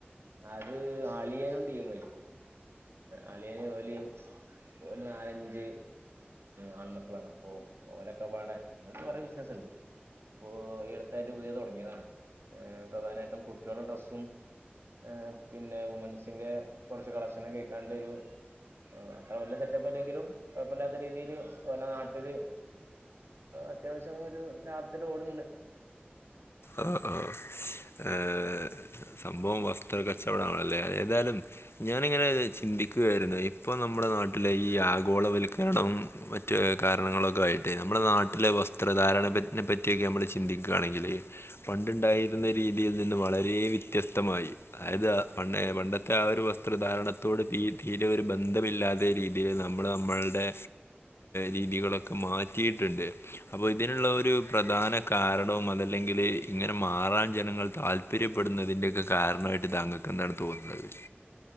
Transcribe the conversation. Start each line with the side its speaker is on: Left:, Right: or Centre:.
Right: അത് അളിയനും ടീമും ആയി അളിയ ഒളി ഒര് നാലഞ്ച് ആൺമക്കളാണ് അപ്പൊ ഓരക്കപാടാൻ ഓരക്ക് ഓരോ ബിസിനസ്സ്ണ്ട് പ്പോ ഈ അടുത്തായിട്ട് പുതിയത് തുടങ്ങിയതാണ് പ്രധാനായിട്ടും കുട്ട്യോൾടെ ഡ്രസ്സും ഏഹ് പിന്നെ വുമൺസിന്റെ കൊർച്ച് കളക്ഷനു ഏക്കാണ്ടൊരു ആ അത്ര വല്യ സെറ്റപ്പ് അല്ലെങ്കിലും കൊഴപ്പല്ലാത്ത രീതിയില് വല്ല നാട്ടില് അത്യാവശ്യം ഒരു ലാബത്തില് ഓടണണ്ട്
Left: ആഹ് ആഹ് ഏഹ് സംഭവം വസ്ത്ര കച്ചവടാണല്ലേ എതായാലും ഞാനിങ്ങനെ ചിന്തിക്കുകയായിരുന്ന് ഇപ്പൊ നമ്മുടെ നാട്ടിലെ ഈ ആഗോളവൽക്കരണം വ റ്റ് കാരണങ്ങളൊക്കായിട്ട് നമ്മ്ടെ നാട്ടിലെ വസ്ത്രധാരണപ്പ നെപ്പറ്റിയൊക്കെ നമ്മള് ചിന്തിക്കയാണെങ്കില് പണ്ടുണ്ടായിരുന്ന രീതിയിൽ നിന്ന് വളരേ വിത് ത്യസ്തമായി അതായത് അ പണ്ടെ പണ്ടത്തെ ആ ഒരു വസ്ത്രധാരണത്തോട് തീ തീരെ ഒരു ബ ന്തമില്ലാതെ രീതിയിൽ നമ്മള് നമ്മൾടെ രീതികളൊക്കെ മാറ്റിയിട്ട്ണ്ട് അപ്പൊ ഇതിനുള്ള ഒരു പ്രധാന കാരണവും അതല്ലെങ്കില് ഇങ്ങനെ മാറാൻ ജനങ്ങൾ താല്പര്യപ്പെടുന്നതിന്റെയൊക്കെ കാരണായിട്ട് താങ്കക്ക് എന്താണ് തോന്നുന്നത്